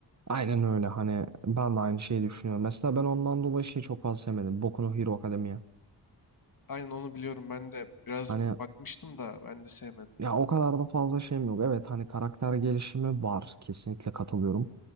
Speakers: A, on the right; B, on the left.
A: Aynen öyle hani ben de aynı şeyi düşünüyorum. Mesela ben ondan dolayı şeyi çok fazla sevmedim. Boku no Hero Academia.
B: Aynen onu biliyorum ben de biraz
A: Hani
B: bakmıştım da ben de sevmedim.
A: ya o kadar da fazla şeyim yok. Evet hani karakter gelişimi var. Kesinlikle katılıyorum.